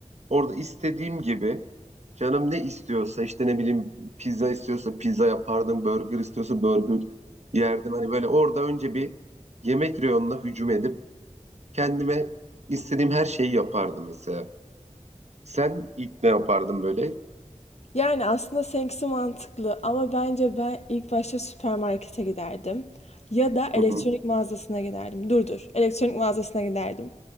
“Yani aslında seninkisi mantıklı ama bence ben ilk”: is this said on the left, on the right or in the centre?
Left